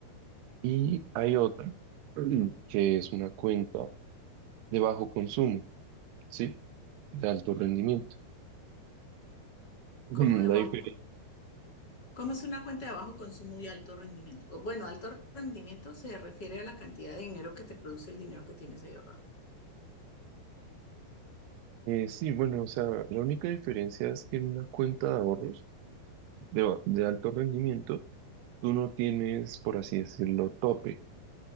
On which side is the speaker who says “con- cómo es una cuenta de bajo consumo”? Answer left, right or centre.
Left